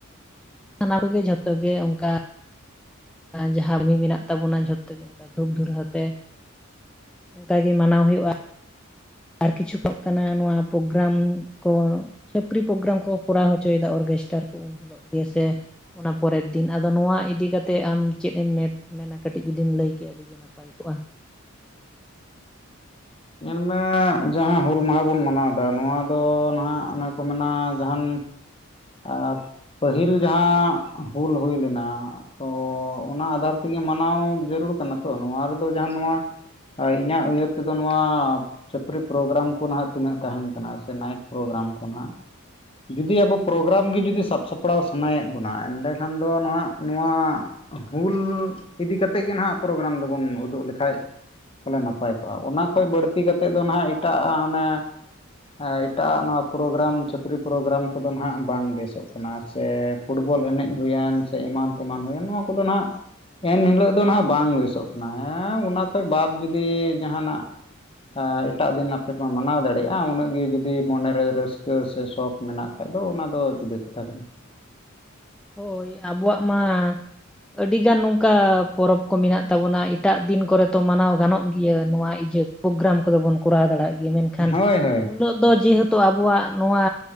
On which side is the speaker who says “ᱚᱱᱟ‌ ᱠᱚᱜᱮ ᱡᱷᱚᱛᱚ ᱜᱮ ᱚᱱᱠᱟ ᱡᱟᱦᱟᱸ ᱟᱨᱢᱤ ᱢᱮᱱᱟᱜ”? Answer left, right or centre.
Centre